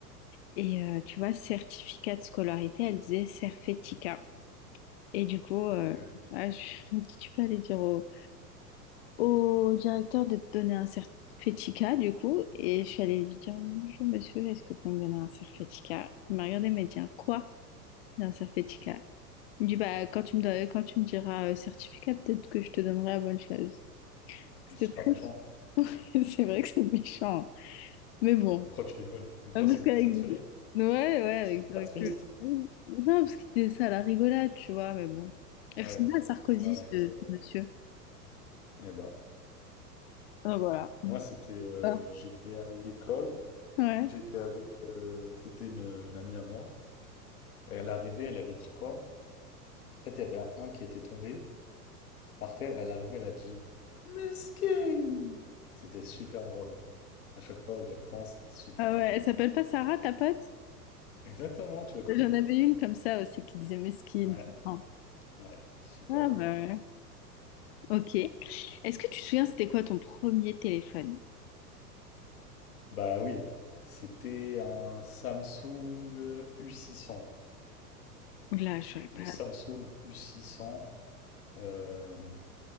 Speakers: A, on the left; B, on the left.
A: Et euh, tu vois, certificat de scolarité, elle disait Cerfetica. Et du coup, euh,
B: Ok. Il
A: voilà, je <laughs> me dis, tu peux aller dire au, au directeur de te donner un certificat, du coup. Et je suis allée lui dire, bonjour monsieur, est-ce que vous pouvez me donner un certificat? Il m'a regardé, il m'a dit, un quoi? Un certificat. Il me dit, bah, quand tu me donnes- quand tu me diras euh, certificat, peut-être que je te donnerai la bonne chose. C'était
B: est super
A: très...
B: méchant.
A: <laughs> C'est vrai que c'est méchant. hein. Mais bon.
B: Pourquoi tu rigoles? Pourquoi
A: Ah, parce
B: c'est-
A: qu'avec...
B: ça te fait rire?
A: Ouais, ouais, avec
B: C'est super
A: le recul.
B: triste.
A: Non, parce que c'était ça, la rigolade, tu vois, mais bon. Il
B: Ouais.
A: ressemblait à Sarkozy,
B: Ah, ok,
A: ce,
B: ça va.
A: ce monsieur.
B: Eh bah,
A: Ah, voilà.
B: moi, c'était. euh,
A: Ah,
B: j'étais à l'école.
A: ouais.
B: J'étais avec. euh, c'était une, une amie à moi. Et elle arrivait, elle avait dit quoi? En fait, il y avait un qui était tombé. Par terre, elle arrivait, elle a dit Mesquine! C'était super drôle. À chaque fois, que j'y repense, c'était super
A: Ah
B: drôle.
A: ouais, elle s'appelle pas Sarah, ta pote?
B: Exactement, tu la connais?
A: J'en avais une comme ça aussi qui disait mesquine.
B: Ouais,
A: tout le temps.
B: ouais, super
A: Ah
B: drôle.
A: bah ouais. Ok. Est-ce que tu te souviens, c'était quoi ton premier téléphone?
B: Bah oui, c'était un Samsung U six cents.
A: Là, je saurais pas.
B: Le Samsung U600, euh,